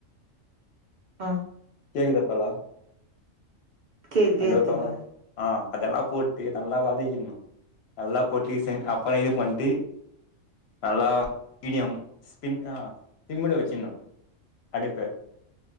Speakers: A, on the right; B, on the left.
A: ஆ
B: கேக்குதா தோளா
A: கேக்குது
B: ஹலோ
A: கேக்குது தோழா
B: தோளா ஆ அதெல்லா போட்டு நல்லா வதக்கிர்ணு நல்லா போட்டு செ அப்புறோ இது பண்டு நல்லா மீடியம் சிம் அ சிம்ல வெச்சுறணு அடுப்ப